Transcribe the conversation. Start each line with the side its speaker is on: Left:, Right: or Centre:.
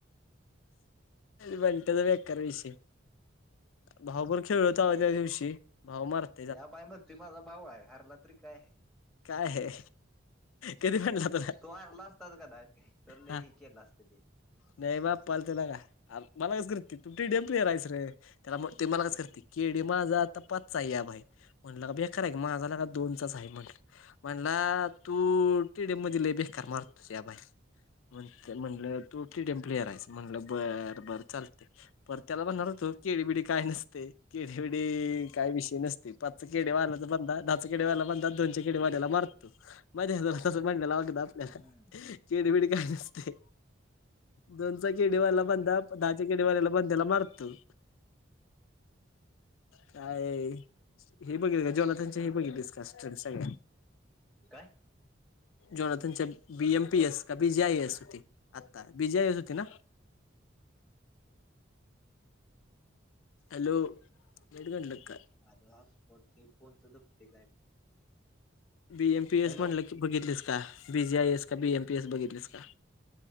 Left: बंण्ट्या चा बेकार विषय भावभर खेळल तवा त्या दिवशी भाव मारत
Centre: या बाई मती माझा भाऊ आहे हरला तरी काय.
Left: काय आहे. कधी म्हणलं तुला?
Centre: तो हरला असताच कनाय तर लय
Left: हा
Centre: ही केला असतं तिने
Left: नाही बापा लते ना कार मला कस करते तुम डेमपली आहे रायस रे त्याला म ते मला कस करते. केडे माझा आता पाचचा आहे या भाई म्हणलं का बेकार आहे माझाला काा दोन च आहे म्हणलं, म्हणला तू टिडेफ मधे लयी बेकार मारतो या बाई म्हण म्हणलं, तू टीडयम प्लेयर आहेस म्हटलं बरं बरं चालते. पर त्याला म्हणणार होतो केळीबिडी काय नसते केडेबिडी काय विषय नसते. ते पाच केडेवाल्याच बंदा दहा च केडेवाला बंदा दोनच्या खेडेवाल्याला मारात मध्ये ज तस <unintelligible> बांडयला वागत आपल्याला
Centre: हम्म
Left: चिडीबडी काय नसते. दोनचा केडीवाला बंदा दहाच्या केडीवाल्याला बंद्याला मारतो. काय? हे बघल का जेवना त्यांचे हे बघितलसं क सगळ्या,
Centre: काय?
Left: जोनात बी एम पी एस का बी जी आय एस होती आता बी जी आय एस होती ना? हॅलो एड गंल का?
Centre: अर हा स्पॉट ते फोनच पते काय <unintelligible>
Left: बी एम पी
Centre: हॅलो
Left: एस म्हणलं बघितलीस का बीजी आय एस का बी एम पी एस बघितलीस का?